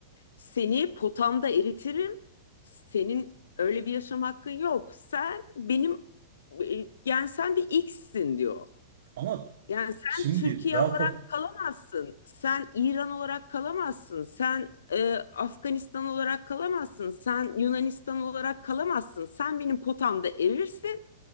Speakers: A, on the left; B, on the right.
A: seni potamda eritirim. Senin öyle bir yaşam hakkın yok. Sen benim e, yani sen bir X'sin diyor.
B: Ama
A: Yani sen
B: şimdi
A: Türkiye
B: daha
A: olarak
B: kap
A: kalamazsın, sen İran olarak kalamazsın, sen e, Afganistan olarak kalamazsın, sen Yunanistan olarak kalamazsın. Sen benim potamda erirsin,